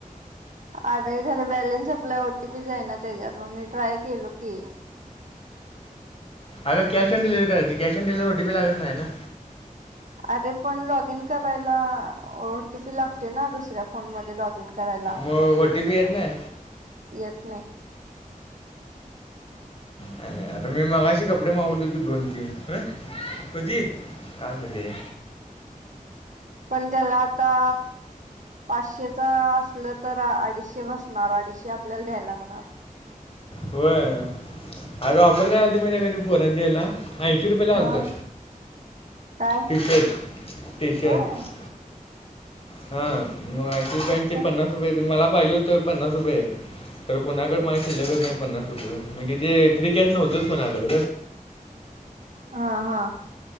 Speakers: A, on the right; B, on the left.
A: अरे खर बॅलेन्स आपल्या ओटीपीच आहे ना त्याच्यातून मी ट्राय केलो की
B: अग कॅश ऑन डिलव्ही करायची कॅश ऑन डिलव्हवर ओडीपी लागत नाही ना
A: अरे पण लॉग इन करायला ओटीपी लागते ना दुसऱ्या फोन म लॉग इन करायला
B: मग ओ टी पी येत नाही
A: येत नाही
B: नाही आता मी मगाशी कपडे मागवले हो की दोन तीन कधी कालते
A: पण त्याला आता पाचशेच असलं तर अडीचशे बसणार अडीचशे आपल्याला द्यायला लागणार
B: होय आता ऑफर काय झाल त माणझ्या का पोरांची याला ऐंशी रुपये लाल
A: हा
B: तर
A: काय
B: टी शर्ट टीशर्ट
A: होय
B: हा ऐंशी रुपयांची
A: कसं काय
B: पन्नास रुपये मला पाहिजे होतोय पन्नास रुपये तर कोणाकडे माझ खिल्लेक नाही पण म्हणजे ते फ्री कॅस नव्हतच कोणाकड
A: हा हा